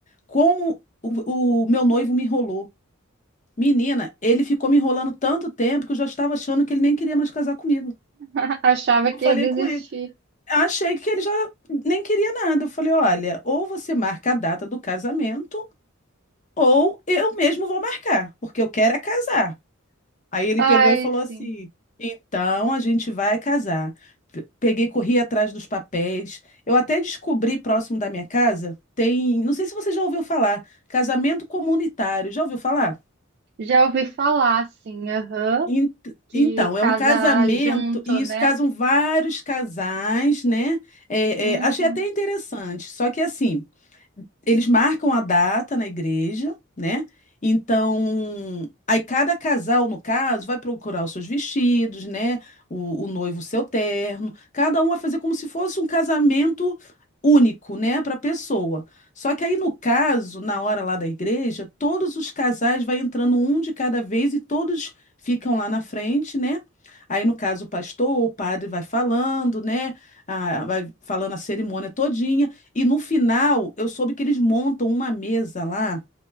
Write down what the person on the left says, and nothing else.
como o o meu noivo me enrolou. Menina, ele ficou me enrolando tanto tempo que eu já estava achando que ele nem queria mais casar comigo.
Eu
falei
com ele. Achei que ele já nem queria nada. Eu falei: olha, ou você marca a data do casamento, ou eu mesmo vou marcar, porque eu quero é casar. Aí ele
pegou e falou
assim: então a gente vai casar. Pe- Peguei, corri atrás dos papéis. Eu até descobri próximo da minha casa, tem, não sei se você já ouviu falar, casamento comunitário. Já ouviu falar?
Ent-
Então, é
um casamento,
e
isso casam vários casais, né? É,
é, achei até interessante. Só que assim, eles marcam a data na igreja, né? Então, aí cada casal, no caso, vai procurar os seus vestidos, né? O, o noivo, o seu terno. Cada um vai fazer como se fosse um casamento único, né? Para a pessoa. Só que aí, no caso, na hora lá da igreja, todos os casais vai entrando um de cada vez e todos ficam lá na frente, né? Aí, no caso, o pastor ou o padre vai falando, né? Ah, vai falando a cerimônia todinha. E no final, eu soube que eles montam uma mesa lá